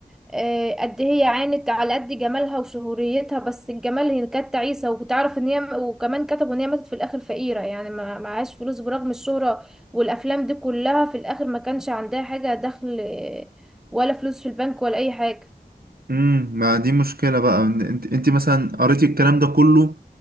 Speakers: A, in the centre; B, on the right.
A: آه، قد إيه هي عانت على قد جمالها وشهوريتها بس الجمال هي كانت تعيسه وتعرف ان هي وكمان كتبوا ان هي ماتت في الاخر فقيره يعني ما معهاش فلوس برغم الشهره والافلام دي كلها في الاخر ما كانش عندها حاجه دخل آه، ولا فلوس في البنك ولا اي حاجه
B: امم ما دي مشكلة بقى إن انت انت مثلا قريتي الكلام ده كله